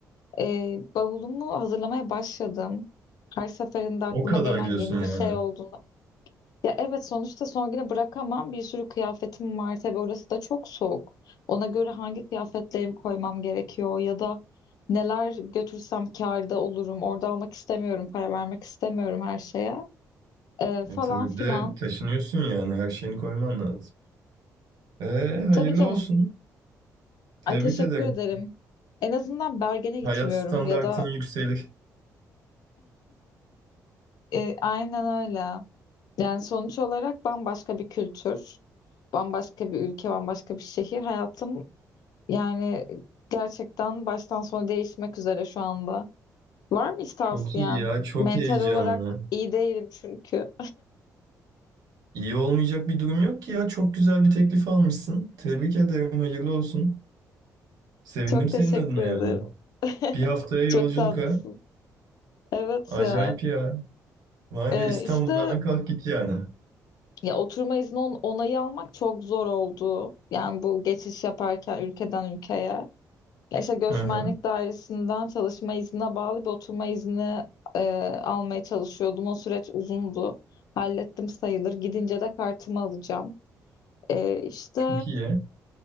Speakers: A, on the left; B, on the right.
A: Eee, bavulumu hazırlamaya başladım. Her seferinde aklıma
B: O kadar
A: gelen
B: diyorsun
A: yeni
B: yani.
A: bir şey olduğunda. Ya evet sonuçta son güne bırakamam. Bir sürü kıyafetim var tabii orası da çok soğuk. Ona göre hangi kıyafetlerimi koymam gerekiyor ya da neler götürsem kârda olurum. Orada almak istemiyorum, para vermek istemiyorum her şeye Eee, falan
B: E, tabii
A: filan.
B: bir de taşınıyorsun yani her şeyini koyman lazım. E, hayırlı
A: Tabii canım
B: olsun. Tebrik
A: Ay teşekkür
B: ederim.
A: ederim. En azından Bergen'e gitmiyorum
B: Hayat standartın
A: ya da
B: yükselir.
A: e, aynen öyle. Yani sonuç olarak bambaşka bir kültür, bambaşka bir ülke, bambaşka bir şehir. Hayatım yani gerçekten baştan sona değişmek üzere şu anda. Var mı hiç tavsiyen?
B: Çok iyi ya, çok
A: Mental
B: heyecanlı.
A: olarak iyi değilim çünkü.
B: İyi olmayacak bir durum yok ki ya. Çok güzel bir teklif almışsın. Tebrik ederim, hayırlı olsun.
A: <laughs>
B: Sevindim
A: Çok teşekkür
B: senin adına
A: ederim.
B: yani.
A: <laughs>
B: Bir haftaya yolculuk
A: Çok tatlısın.
B: ha.
A: Evet
B: Acayip
A: ya.
B: ya. Vay
A: Ee,
B: be İstanbul'dan
A: işte
B: kalk git yani.
A: Ya oturma izni on- onayı almak çok zor oldu. Yani bu geçiş yaparken ülkeden ülkeye. Ya işte göçmenlik
B: Hı hı.
A: dairesinden çalışma iznine bağlı bir oturma izni e, almaya çalışıyordum. O süreç uzundu. Hallettim sayılır. Gidince de kartımı alacağım. E, işte
B: Çok iyi ya.